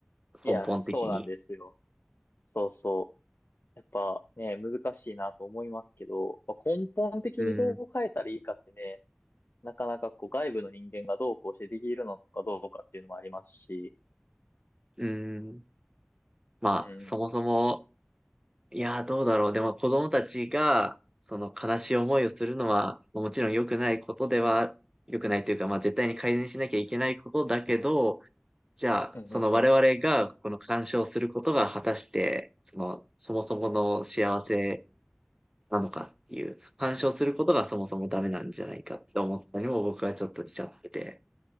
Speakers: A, on the left (about 65°); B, on the right (about 15°).
A: いや、
B: 根本的に。
A: そうなんですよ。そうそう。やっぱね、難しいなと思いますけど、まあ、根本的にどう変えたらいいかってね、
B: うん、
A: なかなかこう外部の人間がどうこうしてできるのかどうかっていうのもありますし、
B: うん。まあ、
A: うん。
B: そもそも、いやー、どうだろう。でも子供たちが、その悲しい思いをするのは、もちろん良くないことでは、良くないというか、まあ絶対に改善しなきゃいけないことだけど、じゃあ、
A: うんうんうん
B: その我々がこの干渉することが果たして、その、そもそもの幸せなのかっていう、干渉することがそもそもダメなんじゃないかって思ったりも僕はちょっとしちゃってて、